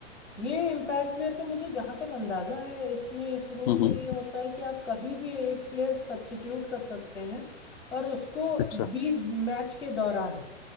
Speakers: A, on the left; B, on the left.
A: ये इम्पैक्ट प्लेयर का मुझे जहां तक अंदाजा है इसमें इस रूल
B: हम्म
A: में
B: हम्म,
A: ये होता है कि आप कभी भी एक प्लेयर सब्स्टिट्यूट कर सकते हैं और उसको
B: अच्छा
A: बीच मैच के दौरान